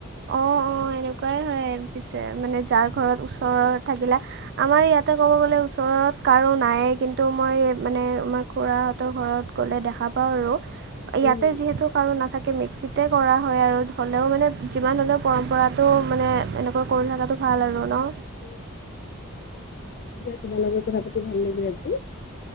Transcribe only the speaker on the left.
উম
উম দিয়া তোমাৰ লগৰ কথা পাতি ভাল লাগিল আজি